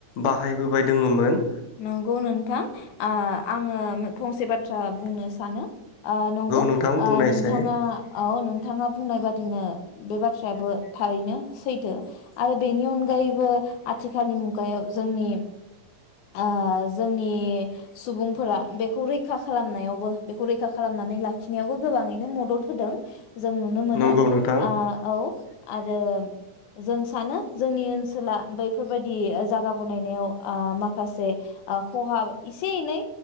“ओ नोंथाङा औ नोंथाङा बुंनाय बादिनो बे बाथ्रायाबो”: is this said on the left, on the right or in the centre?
Left